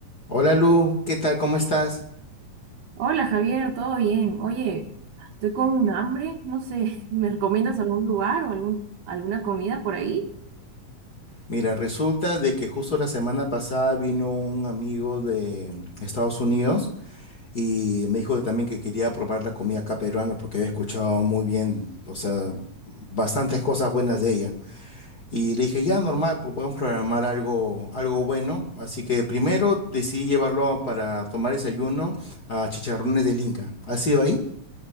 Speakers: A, on the left (about 35°); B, on the right (about 75°).
A: Hola Lu, ¿qué tal? ¿Cómo estás?
B: Hola Javier, ¿todo bien? Oye, estoy con un hambre, no sé, <laughs> ¿me recomiendas algún lugar o algún, alguna comida por ahí?
A: Mira, resulta de que justo la semana pasada vino un amigo de mm, Estados Unidos y me dijo también que quería probar la comida acá peruana porque había escuchado muy bien, o sea, bastantes cosas buenas de ella. Y le dije, ya normal, pues podemos programar algo, algo bueno. Así que primero decidí llevarlo para tomar desayuno a Chicharrones del Inca. ¿Has sido ahí?